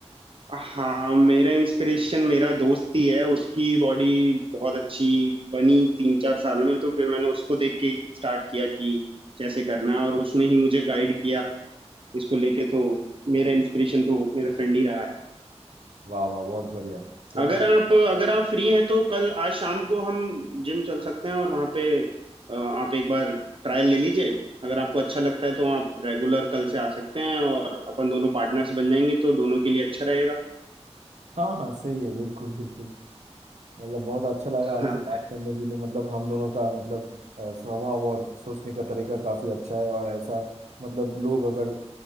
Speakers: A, on the right; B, on the right.
A: हाँ मेरा इंस्पिरेशन मेरा दोस्त ही है उसकी बॉडी बहुत अच्छी बनी तीन चार साल में तो फिर मैंने उसको देख के ही स्टार्ट किया कि कैसे करना है और उसने ही मुझे गाइड किया इसको लेके तो मेरा इंस्पिरेशन तो मेरा फ्रेंड ही रहा है
B: वाह वाह बहुत बढ़िया तो
A: अगर
B: हम
A: आप अगर आप फ्री हैं तो कल आज शाम को हम जिम चल सकते हैं और वहाँ पे अ, आप एक बार ट्रायल ले लीजिए अगर आपको अच्छा लगता है तो आप रेगुलर कल से आ सकते हैं और अपन दोनों पार्टनर्स बन जाएंगे तो दोनों के लिए अच्छा रहेगा
B: हाँ हाँ सही है बिल्कुल बिल्कुल मतलब बहुत अच्छा लगा
A: हाँ
B: आपसे बात करने के लिए तो मतलब हम दोनों का मतलब अ, स्वभाव और सोचने का तरीका काफी अच्छा है और ऐसा मतलब लोग अगर